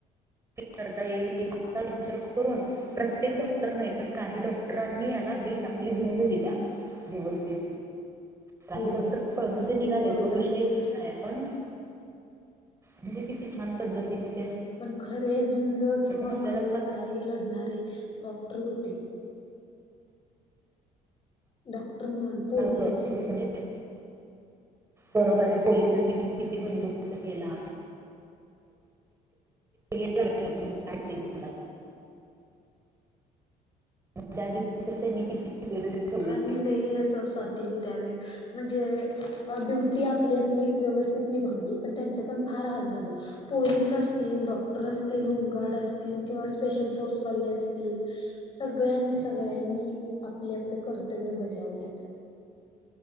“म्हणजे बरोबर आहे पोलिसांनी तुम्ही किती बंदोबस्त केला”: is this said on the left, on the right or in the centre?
Right